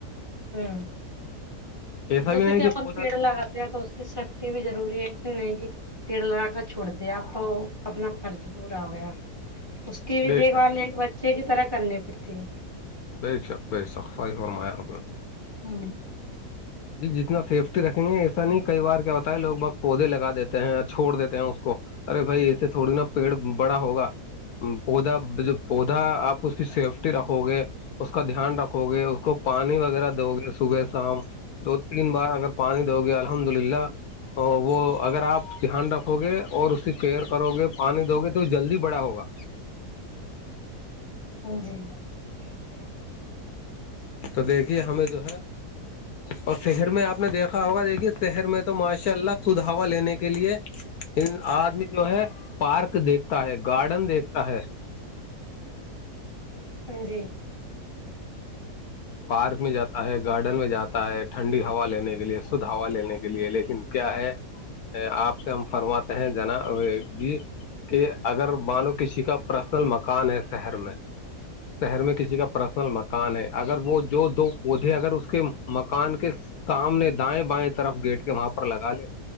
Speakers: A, on the right; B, on the left.
A: ہوں
B: ایسا
A: جیسے
B: بھی نہیں
A: کہ اپن
B: پودا
A: پیڑ لگات تو اس کی سیفٹی بھی ضروری ہے اس نہیں کہ پر لا کر چھوڑ د دیا تو اپنا فرض پورا ہو گیا اس کی بھی
B: بے
A: دیکھ
B: شک
A: بال ایک ب اچھے کی طرح کرنی پڑتے ہیں
B: بے شک بے شق خائی اور میار
A: ہاں
B: جی جتنا سیفٹی رکھیں گے ایسا نہیں کئی بار کیا ہوتا ہے لوگ بت پودے لگا دیتے ہیں چھوڑ دیتے ہیں اس کو ارے بھائی اتے تھوڑی نہا پیڑ بڑا ہوگا پودا پودا آپ اس کی سیفٹی رکھو گے اس کا دھیان رکھو گے اس کو پانی وغیرہ دو گے صبح ام دو تین بار اگر پانی دو گے الحمد للہ وہ اگر آپ دھیان رکھو گے اور اسے کیئر کرو گے پانی دو گے تو جلدی بڑا ہوگا
A: ہاں جی جی
B: تو دیکھیے ہمیں جو ہے اور شہر میں آپ نے دیکھا ہوگا دیکھیے شہر میں تو ماشاء اللہ سدھاوا لینے کے لیے ان آدمی جو ہے پارک دیکھتا ہے گارڈن دیکھتا ہے
A: ہاں جی
B: پارک میں جاتا ہے گارڈن میں جاتا ہے ٹھنڈی ہوا لینے کے لیے شدھ ہوا لینے کے لیے لیکن کیا ہے آپ سے ہم فرماتے ہیں جنا جی کہ اگر مانو کسی کا پرسنل مکان ہے شہر میں شہر میں کسی کا پرسنل مکان ہے اگر وہ جو دو پودے اگر اس کے م کان کے سامنے دائیں بائیں طرف گیٹ کے وہاں پر لگا لے